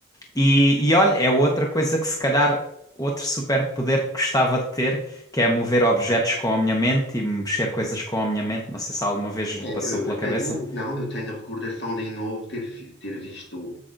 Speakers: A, on the left (about 20°); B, on the left (about 55°).
A: E, e olha, é outra coisa que se calhar outro superpoder que gostava de ter, que é mover objetos com a minha mente e mexer coisas com a minha mente. Não sei se alguma vez lhe
B: É,
A: passou
B: eu
A: pela
B: eu
A: cabeça.
B: tenho, não, não, eu tenho a recordação de em novo ter, vi- ter visto